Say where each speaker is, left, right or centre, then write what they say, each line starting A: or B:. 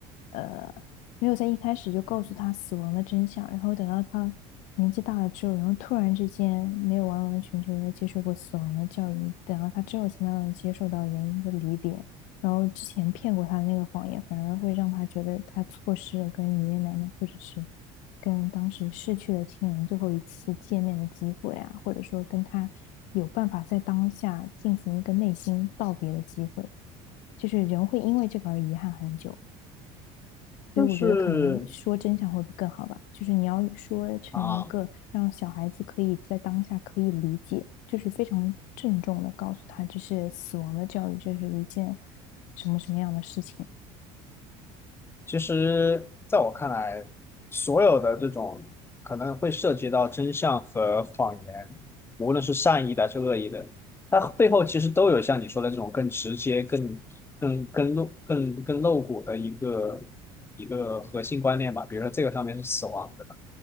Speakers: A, on the left; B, on the left.
A: 呃，没有在一开始就告诉他死亡的真相，然后等到他年纪大了之后，然后突然之间没有完完全全的接受过死亡的教育，等到他之后才慢慢地接受到人的离别，然后之前骗过他的那个谎言，反而会让他觉得他错失了跟爷爷奶奶或者是跟当时逝去的亲人最后一次见面的机会啊，或者说跟他有办法在当下进行一个内心道别的机会，就是人会因为这个而遗憾很久。
B: 就是。
A: 所以我觉得可能说真相会更好吧，就是你要说成一个让小孩子可以在当下可以理解，
B: 啊。
A: 就是非常郑重的告诉他，这是死亡的教育，这是一件什么什么样的事情。
B: 其实，在我看来，所有的这种可能会涉及到真相和谎言，无论是善意的还是恶意的，它背后其实都有像你说的这种更直接、更更更露、更更露骨的一个一个核心观念吧。比如说这个上面是死亡，对吧？